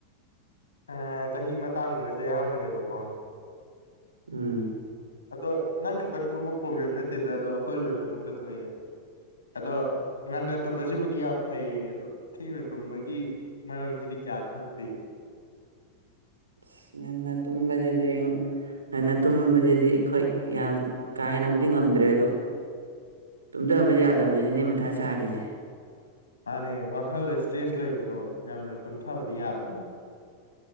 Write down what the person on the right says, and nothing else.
ꯎꯝ
ꯑꯁ ꯉꯟꯅ ꯇꯨꯝꯕꯁꯤꯗꯤ ꯉꯟꯅ ꯇꯨꯝꯕꯁꯤꯗꯤ ꯑꯈꯣꯏ ꯌꯥꯝ ꯀꯥ ꯍꯦꯟꯅꯕꯨꯗꯤ ꯉꯝꯗ꯭ꯔꯦ ꯑꯗꯣ ꯇꯨꯝꯗꯕ ꯌꯥꯗꯕꯁꯤꯅꯦ ꯃꯊꯥ ꯁꯥꯔꯤꯁꯦ